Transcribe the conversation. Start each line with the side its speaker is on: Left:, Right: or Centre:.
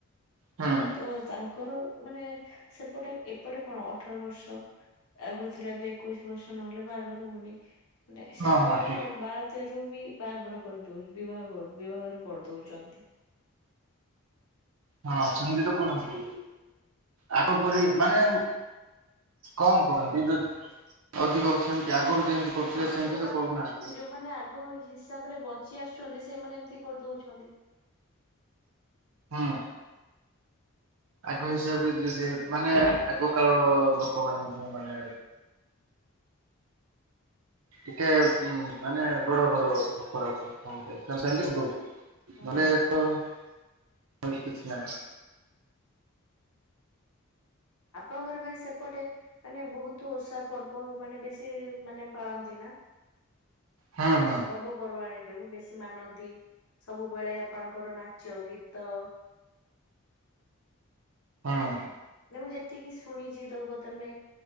Right: ହୁଁ
Left: ତ ତାଙ୍କର ମାନେ ସେପଟେ ଏପଟେ କଣ ଅଠର ବର୍ଷ ଆଗରୁ ଥିଲା ଏବେ ଏକୋଇଶି ବର୍ଷ ନହେଲେ ବାହାଘର ହଉନି ମାନେ ସେପଟେ
Right: ହଁ ହଁ ଠିକ
Left: କଣ ବାର ସେ ର ବି ବାହାଘର କରିଦଉ ବିବା ବିବାହଘର କରିଦଉଛନ୍ତି। <inaudible>
Right: ହଁ ଚନ୍ଦ୍ରୀ ତ କଲମ୍ପ। ଆଗପରି ମାନେ କମ କରନ୍ତି ଯ ଅଧିକ ସେମତି ଆଗରୁ ଯେମତି କରୁଥିଲେ
Left: ହଁ
Right: ସେମତି
Left: ଯୋଉମାନେ
Right: ତ କରୁନାହାନ୍ତି।
Left: ଯୋଉମାନେ ଆଗ ହିସାବରେ ବଞ୍ଚି ଆସୁଛନ୍ତି ସେମାନେ ଏମିତି କରିଦଉଛନ୍ତି।
Right: ହଁ। ଆଗ ହିସାବରେ ଯି ମାନେ ଆଗ କାଳ ଲୋକମାନୋନେ ଯ ମାନେ। ଟିକେ ଉ ମାନେ ବଡ ବଡ ଲୋକରୋକ ସେମିତି ଦଉଛି।
Left: ହୁଁ
Right: ମାନେ ଏ
Left: ହୁଁ
Right: ତ କିଛି ନାହିଁ।
Left: ଆପଣଙ୍କର ଭାଇ ସେପଟେ ମାନେ ବହୁତ ଓଷା ପର୍ବ ମାନେ ବେଶୀ ମାନେ ପାଳନ୍ତି ନା?
Right: ହଁ ହଁ
Left: ପର୍ବପର୍ବାଣି? ବେଶୀ ମାନନ୍ତି ସବୁବେଳେ ଆପଣଙ୍କର ନାଚ ଗୀତ
Right: ହଁ।
Left: ନ ମୁଁ ଯେତିକି ଶୁଣିଛି ତମ ବର୍ତ୍ତମାନ